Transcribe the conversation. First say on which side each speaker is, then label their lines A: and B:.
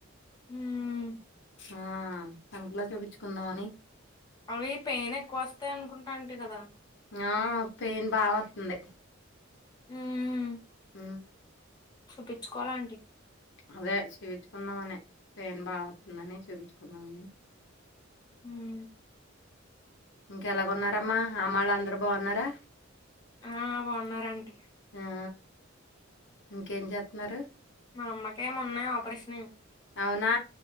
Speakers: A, on the left; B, on the left.
A: ఉమ్
B: ఆ తణకులా చూపించుకుందామని
A: అవి పెయిన్ ఎక్కువ వస్తాయి అనుకుంటా ఆంటీ కదా
B: ఆ పెయిన్ బా వస్తుంది
A: ఉమ్
B: ఉమ్
A: చూపించుకోవాల ఆంటీ
B: అదే చూపించుకుందాం అనేే పెయిన్ బా వస్తుందని చూపించుకుందామని
A: ఉమ్
B: ఇంకెలాగ ఉన్నారమ్మా అమ్మా వాళ్ళు అందరు బావున్నారా
A: ఉమ్ బావున్నారాంటీ
B: ఆ ఇంకేం చేస్తానరు
A: మా అమ్మకే మొన్నే ఆపరేషన్ అయింది
B: అవునా